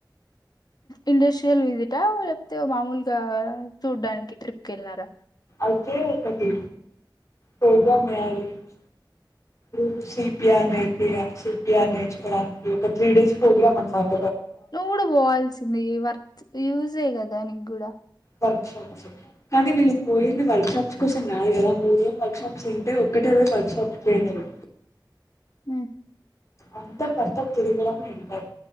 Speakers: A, on the left; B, on the left.
A: ఇండస్ట్రియల్ విసిటా లేకపోతే మాములుగా చూడ్డానికి ట్రిప్ కి వెళ్ళారా
B: ఒకే ఒకటి సోగా మ్యారేజ్ ఉ సిపిఆర్ నేర్పియా సిపిఆర్ నేర్చుకోడానికి ఒక త్రీ డేస్ ప్రోగ్రాం అన్నారు
A: నువ్వు కూడా పోవాల్సింది వర్త్ యూజే కదా నీకు కూడా
B: వర్క్ షాప్స్ కానీ వీళ్ళు పోయింది వర్క్ షాప్స్ కోసం కాదు కదా మూడు వర్క్ షాప్స్ ఏంటే ఒక్కటే వర్క్ షాప్ పోయినరు
A: ఉ
B: అంతా కర్త తిరుగడమే ఇంటర్